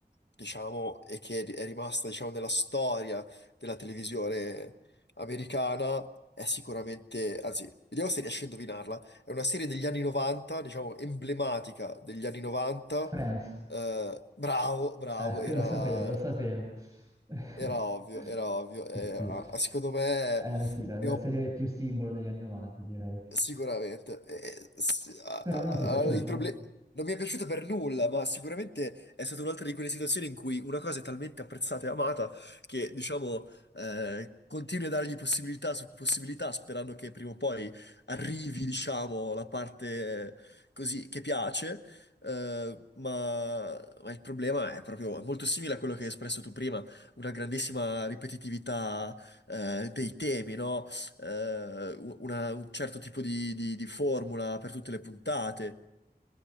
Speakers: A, on the left (about 85°); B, on the right (about 25°).
A: diciamo, e che è rimasta diciamo, nella storia della televisione americana, è sicuramente, anzi, vediamo se riesci a indovinarla. È una serie degli anni 90, diciamo, emblematica degli anni 90.
B: Friends.
A: Eh, bravo, bravo,
B: Ecco,
A: era,
B: lo sapevo, lo sapevo.
A: eh,
B: <laughs>
A: era ovvio, era ovvio.
B: Sì,
A: Eh,
B: sì.
A: ah, secondo me
B: È la, sì, la-
A: abbiamo
B: la serie più simbolo degli anni 90, direi.
A: Sicuramente. Eh, eh, s- a-
B: Però
A: a-
B: non ti è piaciuta?
A: a- i proble- Non mi è piaciuta per nulla, ma sicuramente è stata un'altra di quelle situazioni in cui una cosa è talmente apprezzata e amata che, diciamo, eh, continui a dargli possibilità su possibilità, sperando che prima o poi arrivi, diciamo, la parte eh, così che piace. eh, ma, ma il problema è proprio è molto simile a quello che hai espresso tu prima, una grandissima ripetitività, eh, dei temi, no? eh, u- una- un certo tipo di, di- di formula per tutte le puntate.